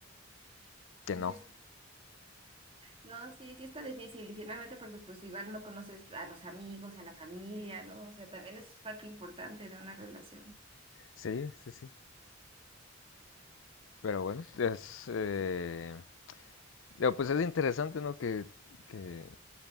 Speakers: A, on the left; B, on the right.
A: que
B: que
A: no.
B: sí es, no, sí, sí está difícil y finalmente porque pues igual no conoces a los amigos, a la familia, ¿no? O sea, también es parte importante de una relación.
A: Sí, sí, sí. Pero bueno, es, eh, digo, pues es interesante, ¿no? Que, que,